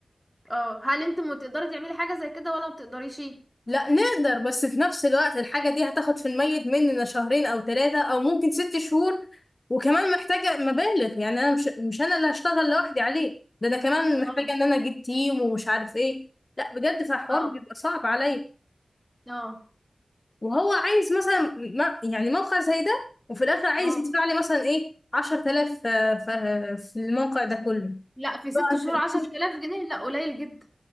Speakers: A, in the centre; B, on the left.
A: اه هل انت ما تقدري تعملي حاجه زي كده ولا ما بتقدريش
B: لا نقدر بس في نفس الوقت الحاجه دي هتاخد في الميت مننا شهرين او ثلاثه او ممكن ست شهور وكمان محتاجه مبالغ يعني انا مش مش انا اللي هشتغل لوحدي عليه ده انا كمان
A: اه
B: محتاجه ان انا اجيب تيم ومش عارف ايه لا بجد فالحوار
A: اه
B: بيبقى صعب عليا
A: اه
B: وهو عايز مثلا ما- يعني موقع زي ده وفي الاخر عايز
A: اه
B: يدفع لي مثلا ايه 10000 آه، ف- آه، في الموقع ده كله
A: لا في ست
B: طب انت
A: شهور عشر تلاف جنيه لا قليل جدا